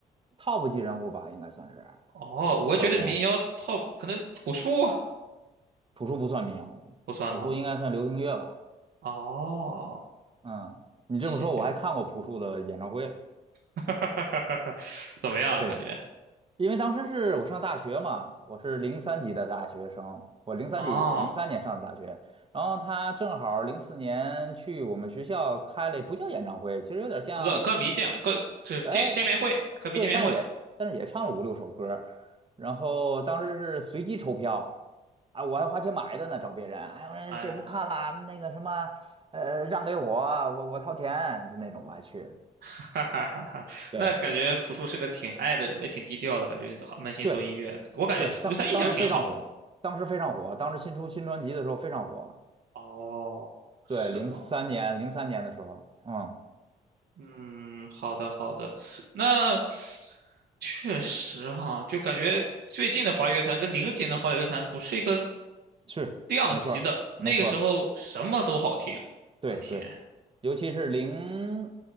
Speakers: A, on the right (about 30°); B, on the right (about 60°).
A: top 级人物吧，应该算是
B: 哦，我觉得民谣套可能朴树啊
A: 郝云。朴树不算民谣，我觉得朴树应该算流行乐吧。
B: 不算吗？哦，
A: 嗯，你这么说，
B: 七九，
A: 我还看过朴树的演唱会了。
B: <laughs> 怎么样啊？
A: 对。
B: 感觉
A: 因为当时是我上大学嘛，我是零三级的大学生，我零三级零三年上的大学，
B: 哦，
A: 然后他正好零四年去我们学校开了，不叫演唱会，其实有点像，
B: 歌歌迷见歌就是见见面会，
A: 哎，
B: 歌迷见面会。
A: 对，但也但是也唱了五六首歌，然后当时是随机抽票，啊，我还花钱买的呢，找别人，哎，我说谁不看啦？
B: 哎呀，
A: 那个什么，呃，让给我，我我掏钱，就那种我还去了，
B: <laughs> 哈哈哈哈！
A: <laughs> 对。
B: 那感觉朴树是个挺爱的人，也挺低调的，感觉好扪心做音乐。
A: 对，
B: 我感觉我对他印象挺好的。
A: 对，当当时非常火，当时非常火，当时新出新专辑的时候非常火。
B: 哦，是吗？
A: 对，零三年，零三年的时候，嗯，
B: 嗯，好的好的。那确实哈，就感觉最近的华语乐坛跟零几年的华语乐坛不是一个
A: 是，
B: 量级的。
A: 没错儿，没错儿，
B: 那个时候什么都好听，
A: 对对，
B: 我天
A: 尤其是零，